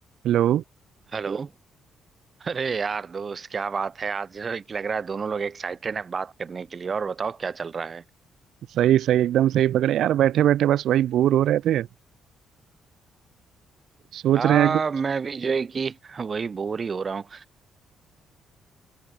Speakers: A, on the right (about 75°); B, on the right (about 40°).
A: Hello
B: Hello अरे यार दोस्त क्या बात है आज लग रहा है दोनों लोग एक्साइटेड हैं बात करने के लिए और बताओ क्या चल रहा है
A: सही सही एकदम सही पकड़े यार बैठे बैठे बस वही बोर हो रहे थे सोच
B: हाँ
A: रहे हैं कुछ
B: मैं भी जो है कि वही बोर ही हो रहा हूँ